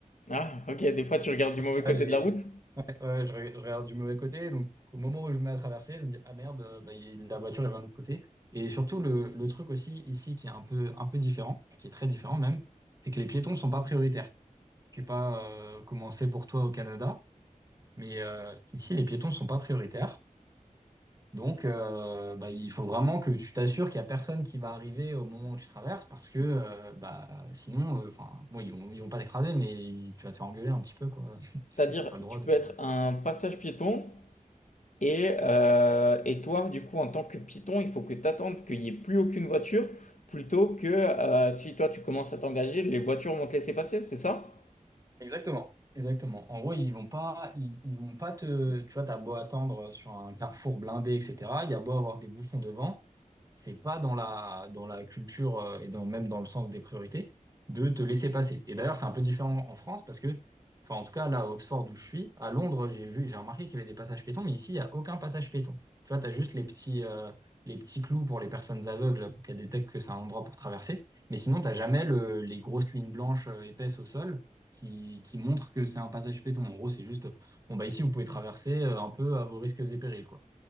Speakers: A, on the left; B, on the right.
A: Ah, ok, des fois tu regardes
B: Ça,
A: du mauvais
B: ça,
A: côté
B: j'ai,
A: de la route.
B: ouais, ouais, je, re- je regarde du mauvais côté. Donc, au moment où je me mets à traverser, je me dis, ah merde, euh, bah, il- la voiture, elle vient de l'autre côté. Et surtout, le, le truc aussi ici qui est un peu, un peu différent, qui est très différent même, c'est que les piétons sont pas prioritaires. Je sais pas euh, comment c'est pour toi au Canada. Mais euh, ici, les piétons sont pas prioritaires. Donc, euh, bah, il faut vraiment que tu t'assures qu'il n'y a personne qui va arriver au moment où tu traverses parce que euh, bah, sinon, euh, enfin, bon, ils vont, ils vont pas t'écraser, mais ils- tu vas te faire engueuler un petit peu, quoi, <laughs>
A: C'est-à-dire,
B: parce que t'as pas le droit
A: tu peux
B: de,
A: être un passage piéton Et, euh, et toi, du coup, en tant que python il faut que tu attendes qu'il n'y ait plus aucune voiture plutôt que euh, si toi tu commences à t'engager, les voitures vont te laisser passer, c'est ça?
B: Exactement, exactement. En gros, ils vont pas, ils, ils vont pas te, tu vois, t'as beau attendre sur un carrefour blindé, etc. Il y a beau avoir des bouchons devant, c'est pas dans la, dans la culture euh, et dans, même dans le sens des priorités de te laisser passer. Et d'ailleurs, c'est un peu différent en France parce que, enfin, en tout cas, là, à Oxford où je suis, à Londres, j'ai vu, j'ai remarqué qu'il y avait des passages piétons, mais ici, il y a aucun passage piéton. Tu vois, t'as juste les petits, euh, les petits clous pour les personnes aveugles pour qu'elles détectent que c'est un endroit pour traverser. Mais sinon, t'as jamais le, les grosses lignes blanches euh, épaisses au sol qui, qui montre que c'est un passage piéton. En gros, c'est juste, bon, bah ici, vous pouvez traverser euh, un peu à vos risques et périls, quoi.